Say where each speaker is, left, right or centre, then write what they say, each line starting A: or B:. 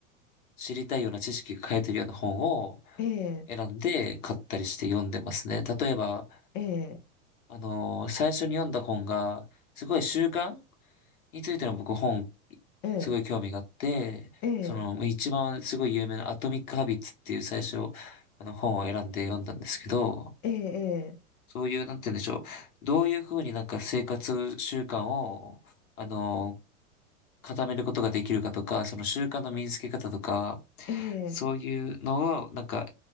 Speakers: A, on the left; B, on the left.
A: 知りたいような知識が書いてるような本を
B: ええ、
A: 選んで買ったりして読んでますね。例えば、
B: ええ、
A: あの、最初に読んだ本が、すごい習慣についての僕本、
B: ええ、
A: すごい興味があって、
B: ええ、
A: その、一番すごい有名なアトミック・ハビッツっていう最初、あの本を選んで読んだんですけど、
B: ええ、
A: そういう、なんて言うんでしょう。どういうふうになんか生活習慣を、あの、固めることができるかとか、その習慣の身につけ方とか、
B: ええ、
A: そういうのを、なんか、